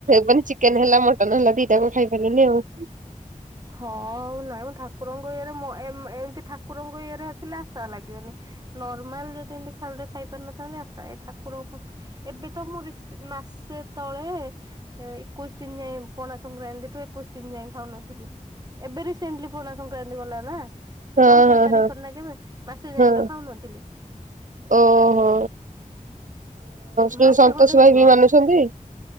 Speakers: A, on the right; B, on the right.
A: ବଂଚିକି ଚିକେନ୍ ହେଲା ମଟନ୍ ହେଲା ଦିଟା ଯାକ ଖାଇପାରିଲୁନି ଆଉ।
B: ହଁ ନାଇଁମ ଠାକୁରଙ୍କ ଇଏରେ ମୋ ଏଁ ଏମ ଏମିତି ଠାକୁରଙ୍କ ଇଏରେ ଆସିଲେ ଆଶା ଲାଗିବନି। ନର୍ମାଲ୍ ଯଦି ଏମିତି ଖାଲି ରେ ଖାଇ ପାରିନଥାନ୍ତୀ ଆଶା ଏଇ ଠାକୁରଙ୍କ ପାଇଁ ଏବେ ତ ମୁଁ ରିସ୍ ମାସେ ତଳେ ଏକୋଇଶି ଦିନ୍ ଯାଏଁ ପଣା ସଂକ୍ରାନ୍ତି ଠୁଁ ଏକୋଇଶି ଦିନ ଯାଏ ଖାଉନଥିଲି। ଏବେ ରିସେଣ୍ଟଲି ପଣା ସଂକ୍ରାନ୍ତି ଗଲା ନାଁ।
A: ହଁ
B: ଚଉଦ ତାରିଖରେ
A: ହଁ
B: ନାଁ କେବେ ମାସେ ଯାଏଁ
A: ହଁ ହଁ
B: ତ ଖାଉନଥିଲି।
A: ଓହୋ ଯଉ
B: ମାସେ
A: ସନ୍ତୋଷ
B: ଖଣ୍ଡେ ହେଇଯିବ।
A: ଭାଇ ବି ମାନୁଛନ୍ତି।